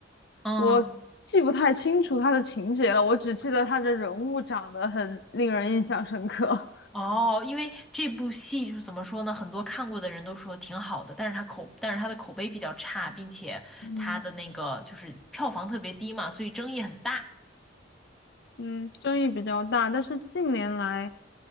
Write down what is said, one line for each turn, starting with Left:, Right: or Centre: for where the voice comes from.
Centre: 嗯。
Left: 我记不太清楚他的情节了，我只记得他的人物长得很令人印象深刻。
Centre: 哦，因为这部戏就是怎么说呢，很多看过的人都说挺好的，但是它口，但是它的口碑比较差，并且它的那个就是票房特别低嘛，
Left: <laughs> 嗯
Centre: 所以争议很大。
Left: 嗯，争议比较大，但是近年来，